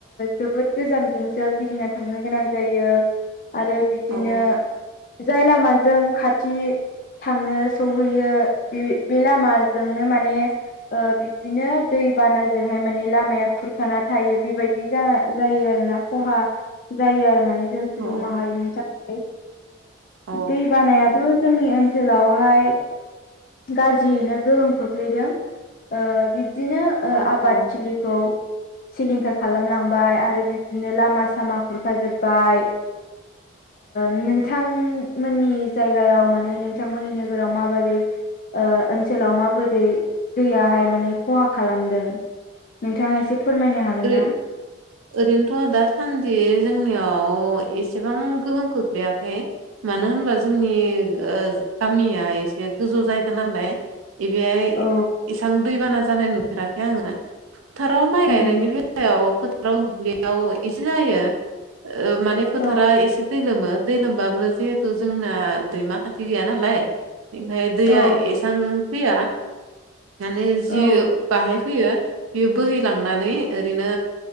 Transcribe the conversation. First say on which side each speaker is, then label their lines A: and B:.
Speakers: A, on the left; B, on the right.
A: जोबोद गोजानजोंसो गिदिंना थांनो गोनां जायो आरो बिदिनो
B: औ
A: जाय लामाजों खाथि थांनो सहैयो बे बे लामाजोंनो माने बिबदिनो दै बानाजोंहाय माने लामाया खुरखाना थायो बेबायदि जायो आरो ना खहा जायो आरो माने जों सुबुं
B: औ
A: माहारिनि थाखाय
B: औ
A: दै बानायाथ जोंनि ओनसोल ओनसोलावहाय गाज्रियैनो गोहोम खोख्लैदों बिदिनो
B: औ
A: आबादथिलिखौ
B: औ
A: सिलिंखार खालामलांबाय आरो बिब्दिनो लामा सामा खुरखाजोब्बाय नोंथांमोननि जायगायाव माने नोंथांमोननि नोगोराव माबोरै ओनसोलाव माबोरै दैयाहाय माने खहा खालामदों नोंथाङा एसे फोरमायनो हागोन
B: बै
A: ना?
B: ओरैनोथ' दासान्दि जोंनियाव एसेबां गोहोम खोख्लैयाखै मानो होनबा जोंनि गामिया एसे गोजौ जायगा नालाय बेहाय
A: औ
B: इसां दैबाना जानाय नुफेराखै आङो फोथाराव माइ
A: उम
B: गायनायनि थायायाव फोथाराव दुब्लियाव एसे जायो माने फोथारा
A: औ
B: एसे दै लोमो दै लोमबाब जिहेथु जोंना दैमा खाथि गैया नालाय ओमफ्राय दैया
A: औ
B: एसेबां फैया माने जि
A: औ
B: बाहाय फैयो बियो बोहैलांनानै ओरैनो